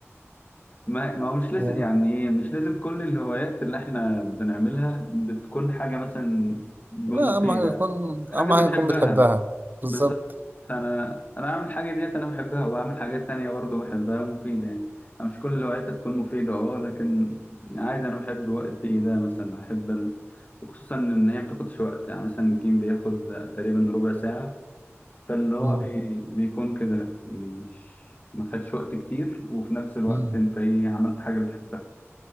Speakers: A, on the left (about 35°); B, on the right (about 40°).
A: <laughs> ما, ما هو مش لازم
B: مم.
A: يعني إيه مش لازم كل الهوايات اللي إحنا بنعملها بتكون حاجة مثلا مفيدة
B: لا اهم حاجه يكون
A: حاجة
B: اهم
A: بنحبها
B: حاجه يكون بتحبها بالظبط
A: بالظبط فانا انا بعمل الحاجه ديت انا بحبها وبعمل حاجات تانية برضه بحبها مفيده يعني أنا مش كل الهوايات هتكون مفيده اه لكن عادي انا بحب وقتي ده مثلا بحب ال... وخصوصا ان هي بتاخدش وقت يعني مثلا الجيم بياخد تقريبا ربع ساعه فاللي هو
B: مم.
A: بي... بيكون كده مش ما خدش وقت كتير وفي نفس الوقت
B: مم.
A: انت ايه عملت حاجه بتحبها